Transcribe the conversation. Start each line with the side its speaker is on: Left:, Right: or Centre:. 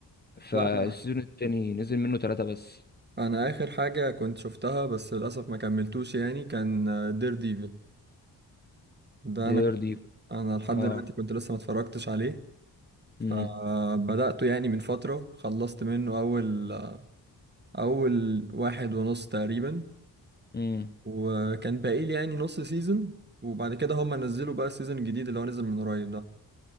Left: فالسيزون
Right: لا انا
Left: التاني نزل منه ثلاثة بس
Right: انا اخر حاجة كنت شفتها بس للاسف ما كملتوش يعني كان دير ديفل ده
Left: دير
Right: انا
Left: دي
Right: انا لحد
Left: اه
Right: دلوقتي كنت لسه ما اتفرجتش عليه فبدأته
Left: امم
Right: يعني من فترة خلصت منه اول اول واحد ونص تقريبا
Left: امم
Right: وكان باقي لي يعني نص سيزون وبعد كده هم نزلوا بقى السيزون الجديد اللي هو نزل من قريب ده